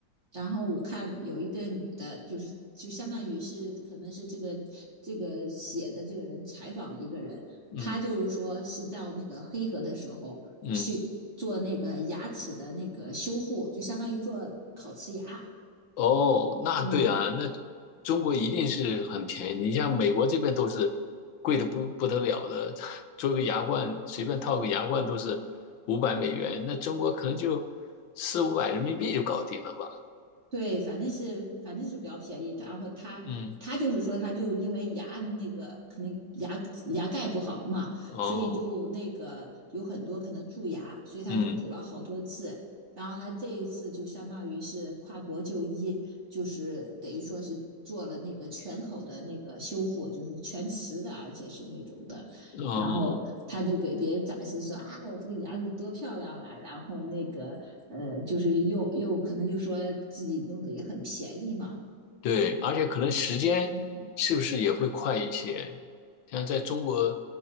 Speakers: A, on the right (about 35°); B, on the left (about 85°).
A: 然后我看有一个女的，就是就相当于是可能是这个这个写的这个人采访的一个人，
B: 嗯
A: 她就是说是在那个黑河的时候去做那个牙齿的那个修复，
B: 嗯。
A: 就相当于做烤瓷牙。
B: 哦，那对啊，
A: 嗯，
B: 那中国一定是很便宜的。你像美国这边都是贵的不不得了的，<laughs> 做个牙冠随便套个牙冠都是五百美元，那中国可能就四五百人民币就搞定了吧？
A: 对，反正是反正是比较便宜。然后他他就是说，
B: 嗯，
A: 他就因为牙那个可能牙牙盖不好嘛，
B: 哦，
A: 所以就那个有很多可能蛀牙，所以他就补了好多次。
B: 嗯，
A: 然后他这一次就相当于是跨国就医，就是等于说是做了那个全口的那个修复，就是全瓷的，而且是那种的。
B: 哦。
A: 然后他就给别人展示说啊，我这个牙子多漂亮啊！然后那个呃，就是又又可能就说自己弄的也很便宜嘛，
B: 对，而且可能时间是不是也会快一些？
A: 嗯，
B: 像在中国